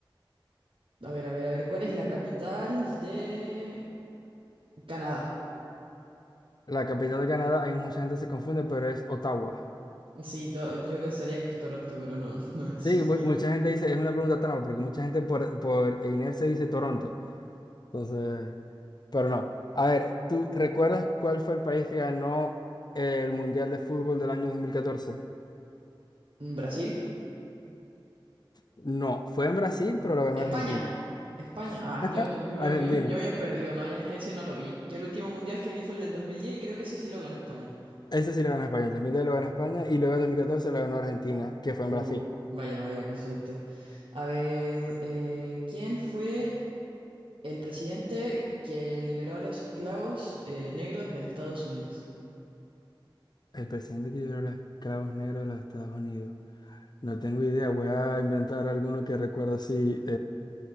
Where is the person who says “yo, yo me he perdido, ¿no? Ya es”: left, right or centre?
Right